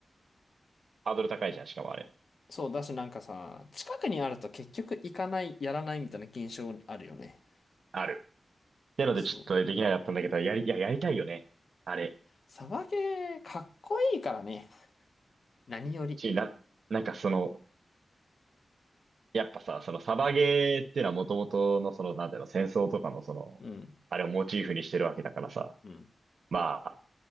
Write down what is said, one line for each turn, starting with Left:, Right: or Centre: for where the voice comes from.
Right: ハードル高いじゃん、しかもあれ。
Left: そう、だしなんかさ、近くにあると結局行かない、やらないみたいな現象あるよね。
Right: ある。なのでちょっとできなかったんだけど、
Left: そう。
Right: やり、いや、やりたいよね。あれ。
Left: サバゲー、かっこいいからね。何より。
Right: し、な、なんかその、やっぱさ、そのサバゲーっていうのはもともとのその、なんていうの、戦争とかのその、
Left: うん。
Right: あれをモチーフにしてるわけだからさ。
Left: うん。
Right: まあ、